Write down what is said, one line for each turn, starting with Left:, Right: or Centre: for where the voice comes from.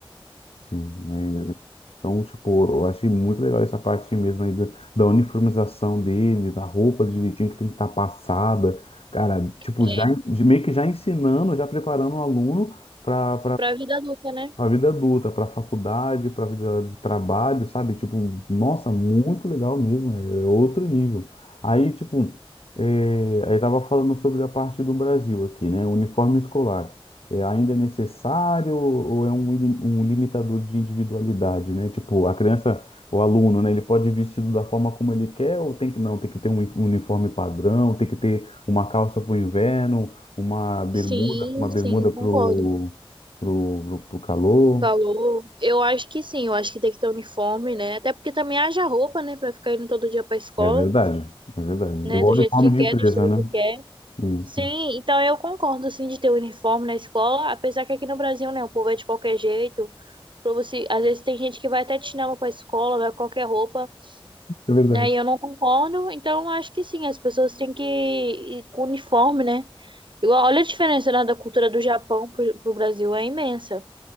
Left: Sim, é, Então, tipo, eu achei muito legal essa parte mesmo aí da, da uniformização deles, da roupa direitinho que tem que estar passada. Cara, tipo,
Right: É,
Left: já, de- meio que já ensinando, já preparando o aluno para
Right: pra vida adulta, né?
Left: para vida adulta, para faculdade, para vida de trabalho, sabe? Tipo, nossa, muito legal mesmo, é outro nível. Aí, tipo, é, aí tava falando sobre a parte do Brasil aqui, né? Uniforme escolar é, ainda é necessário ou é um, ili- um limitador de individualidade, né? Tipo, a criança, o aluno, né? Ele pode ir vestido da forma como ele quer ou tem que não, tem que ter um uni- um uniforme padrão, tem que ter uma calça para o inverno, uma bermuda,
Right: Sim,
Left: uma bermuda
Right: sim,
Left: pro,
Right: concordo.
Left: pro, pro, pro calor.
Right: Calor. Eu acho que sim, eu acho que tem que ter uniforme, né? Até porque também haja roupa, né? Pra ficar indo todo dia pra escola,
Left: É verdade, é verdade.
Right: né?
Left: Igual
Right: Do
Left: uniforme
Right: jeito que
Left: de
Right: quer,
Left: empresa,
Right: do estilo
Left: né?
Right: que quer.
Left: Isso.
Right: Sim, então eu concordo, sim, de ter uniforme na escola. Apesar que aqui no Brasil, né? O povo é de qualquer jeito. Pra você... Às vezes tem gente que vai até de chinelo pra escola, vai com qualquer roupa,
Left: É verdade.
Right: né? E eu não concordo. Então eu acho que sim, as pessoas têm que ir com uniforme, né? E Olha a diferença, né, da cultura do Japão pro, pro Brasil, é imensa.